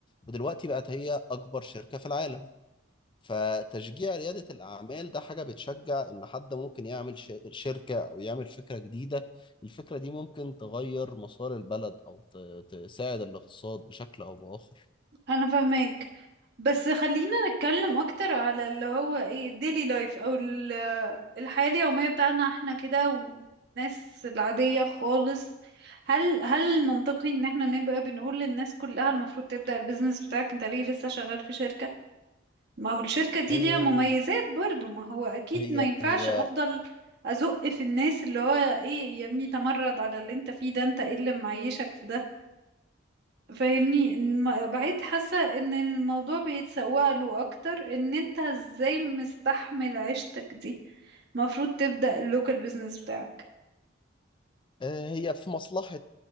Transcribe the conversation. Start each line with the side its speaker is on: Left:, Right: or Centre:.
Left: ودلوقتي بقت هي أكبر شركة في العالم فتشجيع ريادة الأعمال ده حاجة بتشجع إن حد ممكن يعمل ش- شركة أو يعمل فكرة جديدة الفكرة دي ممكن تغير مسار البلد أو ت- تساعد الاقتصاد بشكل أو بآخر
Right: انا فاهمك بس خلينا نتكلم اكتر على اللي هو ايه الديلي لايف او ال- الحياة اليومية بتاعنا احنا كده والناس العادية خالص هل هل منطقي ان احنا نبقى بنقول للناس كلها المفروض تبدأ البيزنس بتاعك انت ليه لسه شغال في شركة ما هو الشركة دي
Left: آه،
Right: ليها مميزات برضو ما هو أكيد
Left: هي
Right: ما ينفعش
Left: هي
Right: أفضل أزق في الناس اللي هو إيه يا ابني تمرد على اللي أنت فيه ده أنت إيه اللي معيشك في ده فاهمني إن- ما- بقيت حاسة إن الموضوع بيتسوق له أكتر إن أنت إزاي مستحمل عيشتك دي المفروض تبدأ اللوكال بيزنس بتاعك
Left: آه، هي في مصلحة